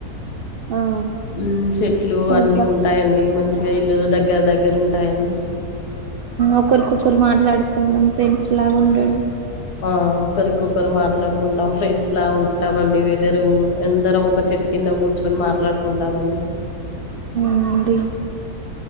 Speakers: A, on the right; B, on the left.
A: ఆ
B: ఉ చెట్లు అన్ని
A: ఇట్లా
B: ఉంటాయండి. మంచిగా ఇల్లులు దగ్గర దగ్గర ఉంటాయండి.
A: ఒకరికొకరు మాట్లాడుకోవడం, ఫ్రెండ్స్ లాగా ఉండడం.
B: ఆ! ఒకరికొకరు మాట్లాడుకుంటాం ఫ్రెండ్స్ లా ఉంటాం అండి వెదరు అందరం ఒక చెట్టు కింద కూర్చోనీ మాట్లాడు కుంటా మండి
A: ఆ అండి